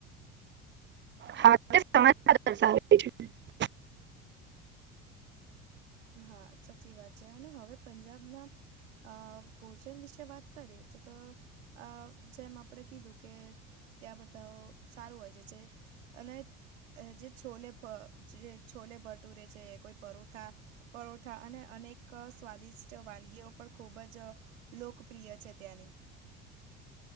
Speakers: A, on the right; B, on the right.
A: હા <unintelligible> સમમાાર <unintelligible> <inaudible>
B: હા સાચી વાત છે, અને હવે પંજાબના અ ભોજન વિશે વાત કરીએ તો તો અ જેમ આપણે કીધું કે ત્યા બધા સારું હોય છે, અને જે છોલે ફ જે છોલે ભટૂરે છે, કોઈ પરોઠા પરોઠા અને અનેક સ્વાદિષ્ટ વાનગીઓ પણ ખૂબ જ લોકપ્રિય છે, ત્યાંની